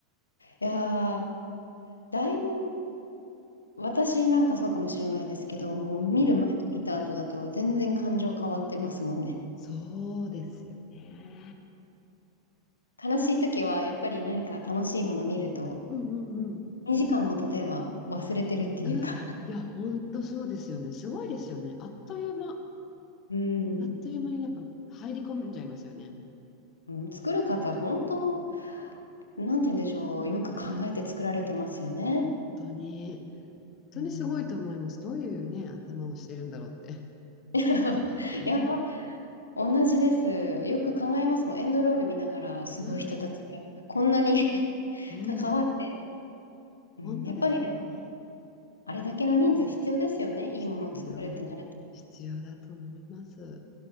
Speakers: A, on the left; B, on the left.
A: いやー、だいぶ、私なんかそうかもしれないですけど、もう見る前と見た後だと全然感情変わってますもんね。
B: うん、そうですよね。
A: 悲しい時はやっぱり何か楽しいもの見ると、
B: うんうんうん。
A: 2時間も例えば忘れてるっていうか、
B: うん、いや、ほんとそうですよね。すごいですよね。あっという間、
A: うん、
B: あっという間にやっぱ入り込んじゃいますよね。
A: うん、作る方、本当、なんて言うんでしょう、よく考えて作られてますよね。
B: 本当に、本当にすごいと思います。
A: うん、
B: どういうね、頭をしてるんだろうって。
A: <laughs>
B: <laughs> ね。
A: いや同じです。よく考えますもん。エンドロール見ながら、すごい人たちがこんなに
B: うん、
A: <laughs>
B: うん、
A: 関わって、うん、
B: 本当ですよね。
A: やっぱりでもあれだけの人数必要ですよね。いいものを作るってなると。
B: 必要、必要だと思います。